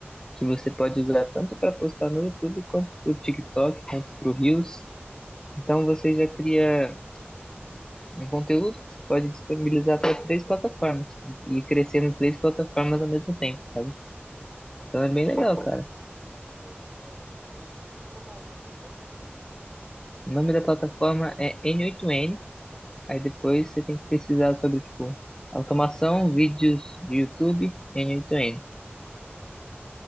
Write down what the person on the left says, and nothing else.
que você pode usar tanto para postar no YouTube, quanto para o TikTok, quanto para o Reels. Então você já cria um conteúdo que você pode disponibilizar para três plataformas e crescer em três plataformas ao mesmo tempo, sabe? Então é bem
legal, cara.
O nome da plataforma é N8N, aí depois você tem que pesquisar sobre, tipo, automação, vídeos de YouTube, N8N.